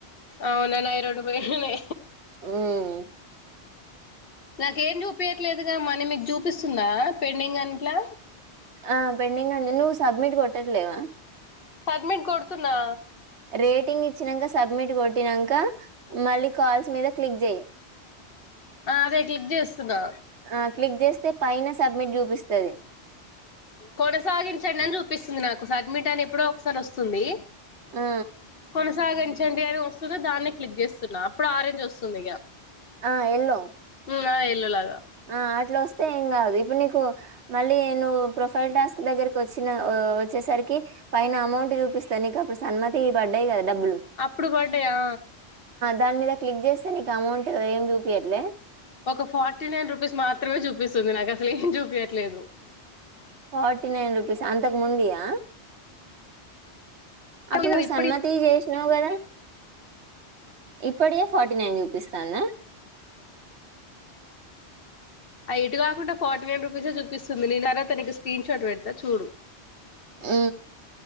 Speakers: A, on the left; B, on the right.
A: అవుననుయి రోడు పోయినే
B: ఉమ్
A: నాకేం చూపించట్లేదుగా మన మీకు చూపిస్తుందా పెండింగ్ అట్లా
B: ఆ పెండింగ్ అండి నువ్వు సబ్మిట్ కొట్టట్లేవా
A: సడమిట్ కొడుతునా
B: రేటింగ్ ఇచ్చినాక సబ్మిట్ కొట్టినాక మళ్ళీ కాల్స్ మీద క్లిక్ చెయ్య
A: ఆ అదే క్లిక్ చేస్తున్నా
B: ఆ క్లిక్ చేస్తే పైన సబ్మిట్ చూపిస్తుంది
A: కొనసాగించండి అని చూపిస్తుంది నాకు సడ్మిట్ అని ఎప్పుడో ఒకసారి వస్తుంది
B: ఆ
A: మనసాగించండి అని వస్తుంది దాన్ని క్లిక్ చేస్తున్నాను అప్పుడు ఆరెంజ్ వస్తుంది ఇక
B: ఆ ఎల్లోో
A: వెళ్ళలాగా
B: ఆ అట్లా వస్తే ఏం కాదు ఇప్పుడు నీకు మళ్ళీ ప్రొఫైల్ టాస్క్ దగ్గరి వచ్చ వచ్చేసరికి పైన అమౌంట్ పిస్తాను నక అప్పుడు సన్మతి పడ్డాయి కదా డబ్బులు
A: అప్పుడు పడ్డాయా
B: దాని మీద క్లిక్ చేస్తే నీకు అమౌంట్ ఏం చూపయట్లే
A: ఒక ఫార్టీ నైన్ రూపీస్ మాత్రమే చూపిస్తుంది నాకు అసలు ఏం చూపించట్లేదు
B: ఫార్టీ నైన్ రుపీస్ అంతకు ముందయా అప్పుడు
A: అది
B: నువ్వు
A: ఇప్పుడు
B: సన్మతి చేసినావు కదా ఇప్పటికే ఫార్టీ నైన్ చూపిస్తాన్న
A: అ ఇటు కాకుండా ఫార్టీ నైన్ రూపీసే చూపిస్తుంది న నాా తనకి స్క్రీన్ షాట్ పెడతా చూడు
B: ఆ